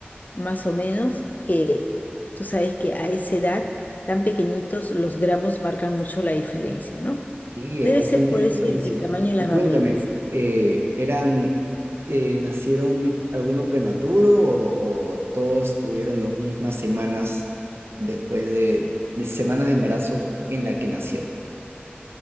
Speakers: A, on the left; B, on the right.
A: más o menos, que tú sabes que a esa edad tan pequeñitos los gramos marcan mucho la diferencia, ¿no?
B: Sí,
A: Debe
B: es bastante
A: ser por
B: diferencia.
A: eso el, el tamaño de
B: Y
A: las
B: cuéntame,
A: barrigas.
B: eh, ¿eran, eh, nacieron alguno prematuro o, o todos tuvieron las mismas semanas después de, de semanas de embarazos en la que nació?